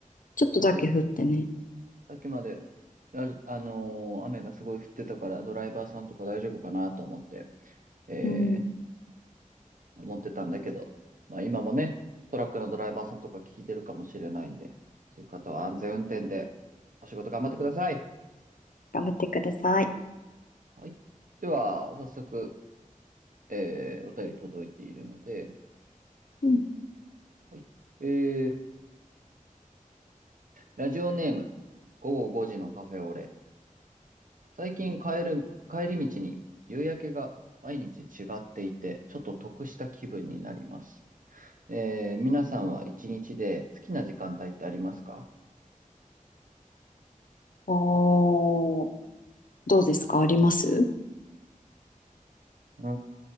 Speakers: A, on the left; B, on the right.
A: ちょっとだけ降ってね。
B: さっき、さっきまで、ラジ、あのー雨がすごい降ってたから、ドライバーさんとか大丈夫かなと思って、え
A: うん。
B: ー、思ってたんだけど、まあ今もね、トラックのドライバーさんとか聞いてるかもしれないんで、そういう方は安全運転でお仕事頑張ってください。
A: 頑張ってください。
B: はい。では、早速、えーお便り届いているので、
A: うん。
B: はい。えーラジオネーム、午後5時のカフェオレ。最近帰る、帰り道に夕焼けが毎日違っていて、ちょっと得した気分になります。えー皆さんは一日で好きな時間帯ってありますか
A: おー、どうですかあります
B: う